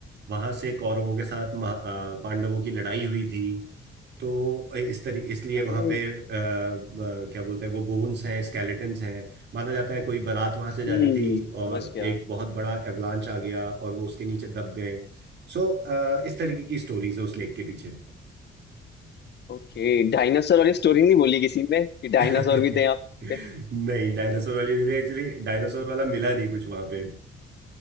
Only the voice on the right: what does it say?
वहां से कौरवों के साथ महा- अ, पांडवों की लड़ाई हुई थी तो इस तरी इसलिए वहां
पे अ, अ, क्या बोलते हैं वो बोन्स हैं स्केलेटन्स हैं माना जाता है कोई बारात वहां से जा
रही थी और
एक बहुत बड़ा एवलांच आ गया और वो उसके नीचे दब गए सो इस तरीके की स्टोरीज है उस लेक के पीछे
<laughs>
नहीं
डायनासोर वाली एक्चुअली डायनासोर वाला मिला नहीं कुछ वहां पे